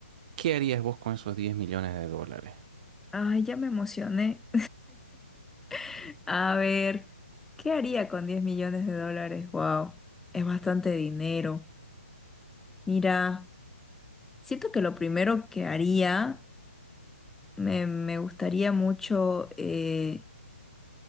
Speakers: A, on the right; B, in the centre.
A: ¿Qué harías vos con esos diez millones de dólares?
B: Ay, ya me emocioné. <laughs> A ver, ¿qué haría con 10 millones de dólares? Wow, es bastante dinero. Mira, siento que lo primero que haría, me, me gustaría mucho, eh,